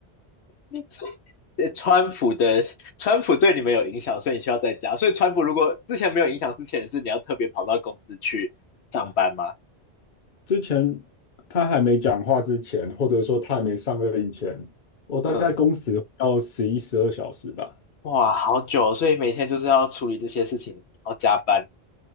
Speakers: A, on the left; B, on the left.
A: <laughs> 呃川普的川普对你们有影响，所以你需要在家。所以川普如果之前没有影响之前，是你要特别跑到公司去上班吗？
B: 之前他还没讲话之前，或者说他还没上任前，我大概工时要十一、
A: 嗯，
B: 十二小时吧。
A: 哇，好久哦，所以每天就是要处理这些事情，要加班。